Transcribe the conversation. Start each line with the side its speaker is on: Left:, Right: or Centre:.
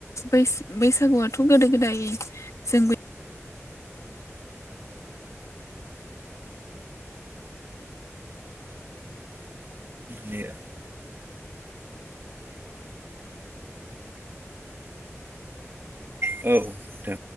Left: बैसागुआथ' गोदो गोदाय जों
Right: नेदा <unintelligible> औ दे